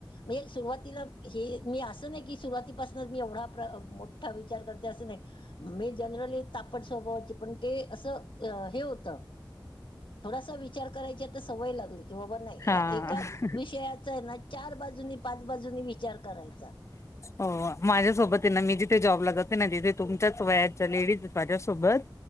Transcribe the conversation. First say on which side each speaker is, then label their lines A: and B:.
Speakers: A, on the left (about 80°); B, on the left (about 35°).
A: म्हणजे सुरुवातीला हे मी असं नाही की सुरुवातीपासूनच मी एवढा मोठा विचार करते असं नाही. मी जनरली, तापड स्वभावाची पण ते असं हे होत थोडासा विचार करायच्या, सवय लागली की बाबा नाही
B: हा
A: ह्या एकाच, ेच आहे ना चार बाजूनी पाच बाजून विचार करायचा.
B: हो माझ्यासोबत आहे ना मी जिथे जॉबला जाते ना तिथे तुमच्याच वयाच्या लेडीज माझ्यासोबत.